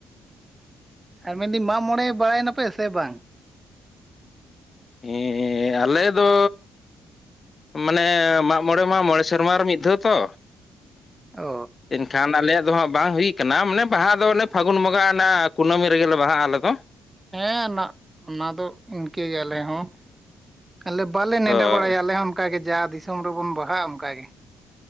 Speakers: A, on the right; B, on the left.
A: ᱟᱨ ᱢᱮᱱᱫᱟᱹᱧ ᱢᱟᱜᱽ ᱢᱚᱬᱮ ᱵᱟᱲᱟᱭᱱᱟᱯᱮ ᱥᱮ ᱵᱟᱝ
B: ᱦᱮᱸ ᱟᱞᱮ ᱫᱚ ᱢᱟᱱᱮ ᱢᱟᱜ ᱢᱚᱬᱮ ᱢᱟ ᱢᱚᱬᱮ ᱥᱮᱨᱢᱟ ᱨᱮ ᱢᱤᱫ ᱫᱷᱟᱣ ᱛᱚ
A: ᱚ
B: ᱮᱱᱠᱷᱟᱱ ᱟᱞᱮᱭᱟᱜ ᱫᱚ ᱦᱟᱸᱜ ᱵᱟᱝ ᱦᱩᱭ ᱠᱟᱱᱟ ᱢᱟᱱᱮ ᱵᱟᱦᱟ ᱫᱚ ᱚᱱᱮ ᱯᱷᱟᱹᱜᱩᱱ ᱵᱚᱸᱜᱟ ᱚᱱᱟ ᱠᱩᱱᱟᱹᱢᱤ ᱨᱮᱜᱮᱞᱮ ᱵᱟᱦᱟᱜᱼᱟ ᱟᱞᱮ ᱫᱚ
A: ᱦᱮᱸ ᱱᱟᱜ ᱚᱱᱟ ᱫᱚ ᱤᱱᱠᱟᱹᱜᱮ ᱟᱞᱮ ᱦᱚᱸ ᱟᱞᱮ ᱵᱟᱞᱮ ᱱᱮᱸᱰᱟ
B: ᱦᱳᱭ
A: ᱵᱟᱲᱟᱭᱟ ᱟᱞᱮ ᱦᱚᱸ ᱚᱱᱠᱟᱜᱮ ᱡᱟ ᱫᱤᱥᱚᱢ ᱨᱮᱵᱚᱱ ᱵᱟᱦᱟᱜᱼᱟ ᱚᱱᱠᱟᱜᱮ